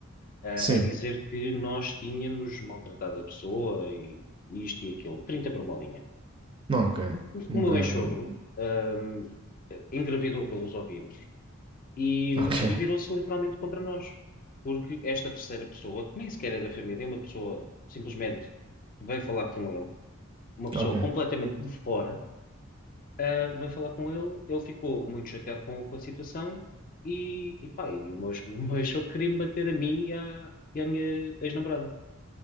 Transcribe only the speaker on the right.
sim.
Não, ok.
Um
bocado.
hum,
<laughs> Ok,
ok.